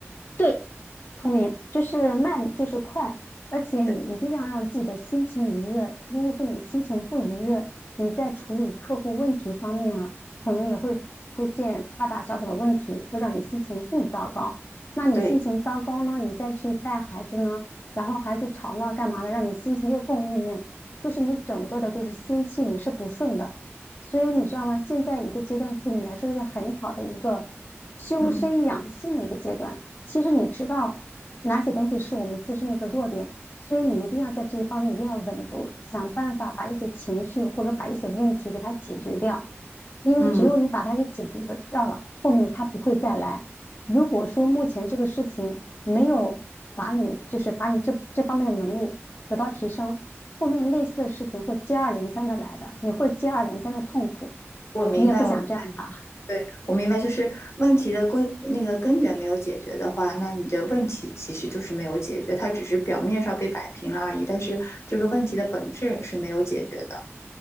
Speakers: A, on the left (about 50°); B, on the left (about 70°).
A: 对，聪明就是慢，就是快，而且你一定要让自己的心情愉悦。
B: 对，
A: 如果说你心情不愉悦，你在处理客户问题方面啊，可能也会出现大大小小的问题，会让你心情更糟糕。那你心情糟糕呢，
B: 对，
A: 你再去带孩子呢，然后孩子吵闹干嘛的，让你心情又更郁闷，就是你整个的就是心气你是不顺的。所以你知道吗？现在一个阶段对你来说，一个很好的一个修身养性的一个阶段。
B: 嗯
A: 其实你知道哪些东西是我们自身的一个弱点，所以你一定要在这些方面一定要稳住，想办法把一些情绪或者把一些问题给它解决掉，因为只有你把它给解决的掉了，
B: 嗯，
A: 后面它不会再来。如果说目前这个事情没有把你就是把你这这方面的能力得到提升，后面类似的事情会接二连三的来的，你会接二连三的痛苦，
B: 我明白，
A: 你也不想这样吧？
B: 我对，我明白，就是问题的根那个根源没有解决的话，那你的问题其实就是没有解决，它只是表面上被摆平了而已，但是这个问题的本质是没有解决的。